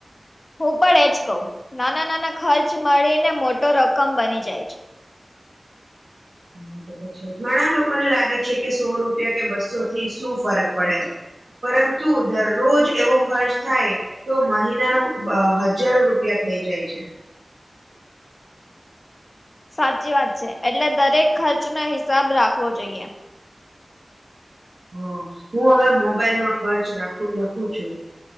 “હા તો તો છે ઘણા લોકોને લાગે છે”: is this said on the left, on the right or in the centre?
Right